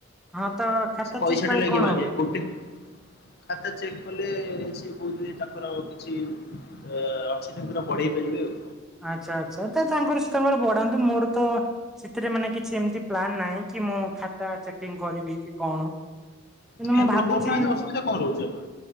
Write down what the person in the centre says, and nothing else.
ହଁ ତ
ଖାତା
ଚେକ୍ କଲେ
କଣ
ହବ?
ଆଚ୍ଛା ଆଚ୍ଛା। ତ ତାଙ୍କର ସେ ତାଙ୍କର ବଢ଼େ ତାହେନେ ତ ମୋର ତ ସେଥିରେ ମାନେ କିଛି ଏମତି ପ୍ଲାନ୍ ନାହିଁ କି, ମୁଁ ଖାତା ଚେକ୍ କିଂ କରିବି କି କଣ? କିନ୍ତୁ
ମୁଁ
ଭାବୁଛି,